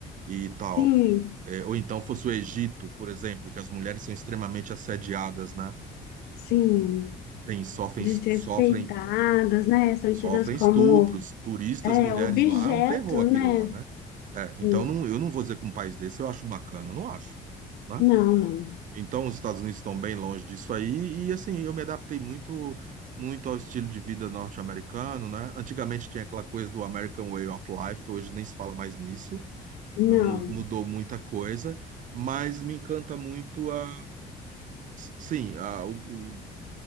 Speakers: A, on the right; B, on the left.
A: E tal.
B: Sim,
A: É, ou então fosse o Egito, por exemplo, que as mulheres são extremamente assediadas, né?
B: sim,
A: Tem, sofrem,
B: desrespeitadas,
A: sofrem,
B: né? São
A: sofrem
B: tidas como
A: estupros, turistas,
B: é,
A: mulheres
B: objeto,
A: lá, é um terror aquilo
B: né?
A: lá, né? É, então
B: Sim.
A: não, eu não vou dizer que um país desse eu acho bacana, eu não acho, né?
B: Não, não,
A: Então, os Estados Unidos estão bem longe disso aí, e assim, eu me adaptei muito, muito ao estilo de vida norte-americano, né? Antigamente tinha aquela coisa do American Way of Life, hoje nem se fala mais nisso,
B: não.
A: mu- mudou muita coisa, mas me encanta muito a, sim, a- o, o-